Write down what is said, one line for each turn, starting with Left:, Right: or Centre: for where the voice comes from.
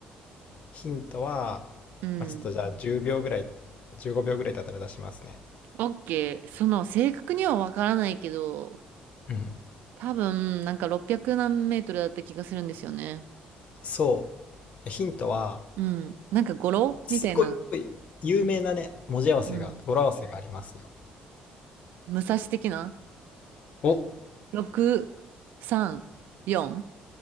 Left: ヒントは、
Right: うん。
Left: まあ、ちょっとじゃあ10秒ぐらい、15秒ぐらいだったら出しますね。
Right: オッケー。その、正確にはわからないけど、
Left: うん。
Right: 多分、なんか600何メートルだった気がするんですよね。
Left: そう。ヒントは、
Right: うん。なんか語呂みたいな。
Left: すごい有名なね、文字合わせが、
Right: うん。
Left: 語呂合わせがありますよ。
Right: 武蔵的な
Left: お、
Right: ?6、3、4?